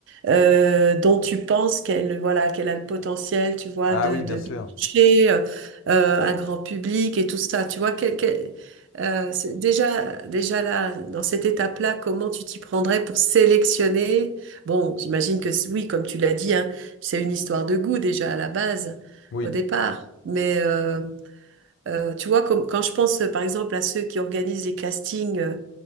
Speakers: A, on the right; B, on the left.
A: euh, dont tu penses qu'elle voilà, qu'elle a le potentiel, tu vois,
B: Ah
A: de,
B: oui,
A: de,
B: bien sûr.
A: de toucher euh, euh, un grand public et tout ça. Tu vois, quel- quel- euh, c'est déjà, déjà là, dans cette étape-là, comment tu t'y prendrais pour sélectionner? Bon, j'imagine que c- oui, comme tu l'as dit, hein, c'est une histoire de goût déjà à la base,
B: Oui,
A: au départ. Mais euh, euh, tu vois, comme, quand je pense euh, par exemple à ceux qui organisent les castings euh,